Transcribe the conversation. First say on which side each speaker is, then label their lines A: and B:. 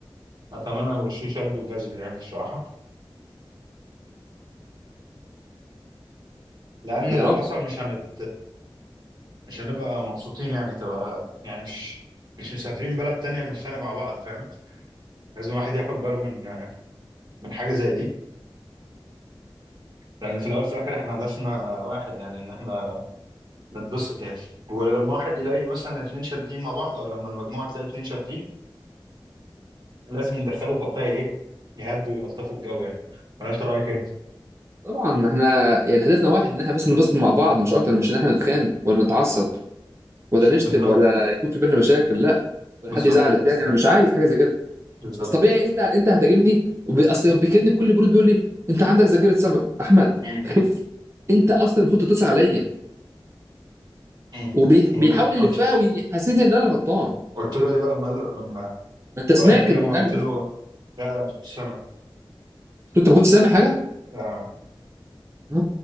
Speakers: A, on the right (about 50°); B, on the right (about 30°).
A: اتمنى ما يبقاش فيه شد وجذب يعني الصراحه لان
B: يا
A: لو
B: رب
A: حصل مش هنت مش هنبقى مبسوطين يعني تبقى يعني مش مش مسافرين بلد تانية نتخانق مع بعض فاهم لازم الواحد ياخد باله من من حاجه زي دي لان في الاول في الاخر احنا هدفنا واحد يعني ان احنا نتبسط يعني ولما واحد يلاقي مثلا اتنين شادين مع بعض او لما المجموعه تلاقي اتنين شادين لازم يتدخلوا في وقتها ايه يهدوا ويلطفوا الجو يعني ولا انت رايك ايه؟
B: طبعا احنا يعني هدفنا واحد ان احنا بس ننبسط مع بعض مش اكتر مش ان احنا نتخانق ولا نتعصب ولا نشتم
A: بالظبط
B: ولا يكون في بينا مشاكل لا ولا
A: بالظبط
B: حد يزعل التاني انا مش عايز حاجه زي كده
A: بالظبط
B: بس طبيعي انت انت هتهاجمني وب- اصل بيكلمني بكل برود بيقول لي انت عندك ذاكره سمك احمد
A: مم.
B: خف انت اصلا المفروض تتصل عليا
A: مم.
B: وبيحاول
A: مم. قلت
B: يلفها ويحسسني ان انا غلطان
A: قلت له ايه بقى لما لما
B: ما انت سمعت
A: وقال لك ايه
B: المكالمه
A: لما قلت
B: قلت
A: له لا لا مش سامع
B: له، انت ما كنتش سامع حاجه؟
A: لا
B: اه